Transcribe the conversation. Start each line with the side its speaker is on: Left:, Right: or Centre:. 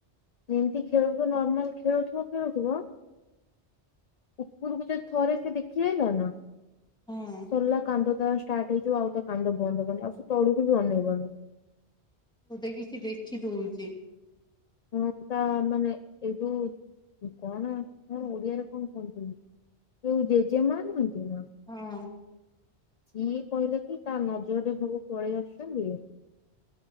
Left: ଏମିତି ଖେଳୁଥିବ ନର୍ମାଲ ଖେଳୁଥିବ ଖେଳୁଥିବ ଉପୁରୁକୁ ଯଦି ଥରେ ସେ ଦେଖି ଦେଲା ନା
Centre: ହଁ।
Left: ସରିଲା କାନ୍ଦ ତା ଷ୍ଟାର୍ଟ ହେଇଯିବ ଆଉ ତା କାନ୍ଦ ବନ୍ଦ ହେବନି ଆଉ ସେ ତଳୁକୁ ବି ବନେଇବନି।
Centre: <unintelligible> କିଛି ଦେଖି ଦଉଚି।
Left: ହଣ ତା ମାନେ ଏଇଠୁ କଣ କଣ ଓଡିଆରେ କଣ କୁହନ୍ତି? ଯୋଉ ଜେଜେମା ନୁହନ୍ତି ନା
Centre: ହଁ।
Left: ସିଏ କହିଲେ କି ତା ନଜରରେ ସବୁ ପଳେଇ ଆସୁଛନ୍ତି।